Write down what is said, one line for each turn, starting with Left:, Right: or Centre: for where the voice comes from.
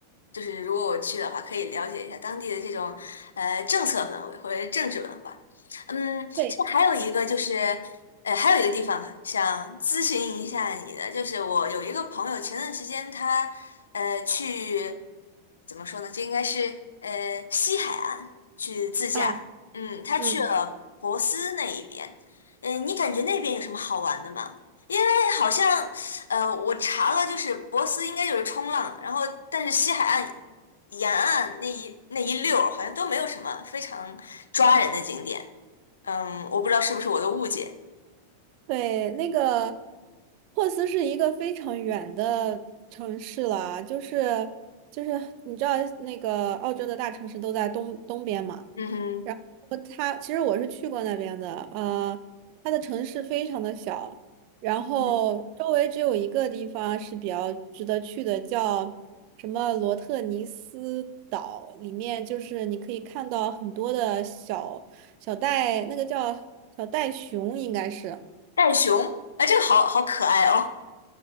Left: 就是如果我去的话，可以了解一下当地的这种呃政策氛围或者是政治文化。嗯，这还有一个就是，
Right: 对
Left: 呃，还有一个地方想咨询一下你的，就是我有一个朋友前段时间他呃去怎么说呢？这应该是呃西海岸去自驾。
Right: 啊，
Left: 嗯，他去了博斯那一边。
Right: 嗯。嗯
Left: 嗯，你感觉那边有什么好玩的吗？好像呃，我查了，就是博斯应该就是冲浪，然后但是西海岸沿岸那一那一溜儿好像都没有什么非常抓人的景点。嗯，我不知道是不是我的误解。
Right: 对，那个珀斯是一个非常远的城市了，就是就是你知道那个澳洲的大城市都在东东边嘛，
Left: 嗯哼，
Right: 然后它其实我是去过那边的，呃，它的城市非常的小，然后周围只有一个地方是比较值得去的，
Left: 嗯
Right: 叫什么罗特尼斯岛，里面就是你可以看到很多的小小袋，那个叫小袋熊应该是。
Left: 袋熊，哎，这个好好可爱哦。